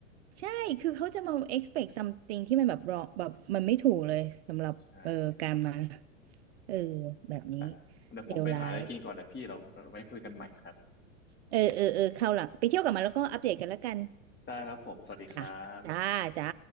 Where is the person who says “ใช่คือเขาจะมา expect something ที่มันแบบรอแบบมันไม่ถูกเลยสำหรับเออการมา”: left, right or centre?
Right